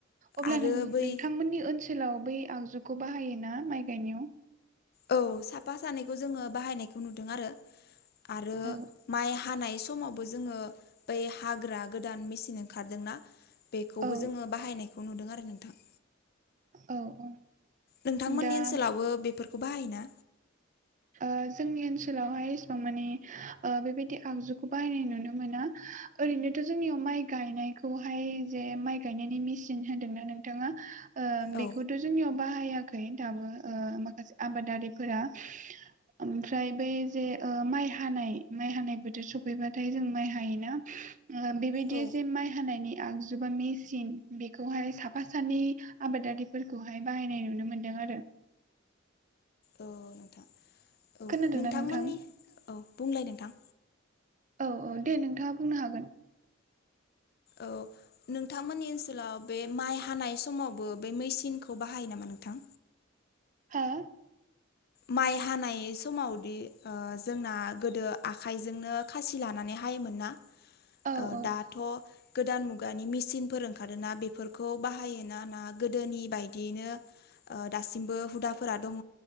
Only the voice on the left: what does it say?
आरो
बै
औ साफा सानैखौ जोङो बाहायनायखौ नुदों आरो आरो
माइ हानाय समावबो जोङो बै हाग्रा गोदान मेसिन ओंखारदों ना बेखौबो
जोङो बाहायनायखौ नुदों आरो नोंथां।
नोंथांमोननि
ओनसोलावबो बेफोरखौ बाहायो ना?
औ
औ
औ नोंथां औ
नोंथांमोननि
औ बुंलाय नोंथां।
औ नोंथांमोननि ओनसोलाव बे माइ हानाय समावबो बे मेसिनखौ बाहायो नामा नोंथां?
माइ हानाय समावदि ओ जोंना गोदो आखाइजोंनो खासि लानानै हायोमोन ना
ओ
दाथ' गोदान मुगानि मेसिनफोर ओंखारदों ना बेफोरखौ बाहायो ना ना गोदोनि बायदियैनो ओ दासिमबो हुदाफोरा दङ'।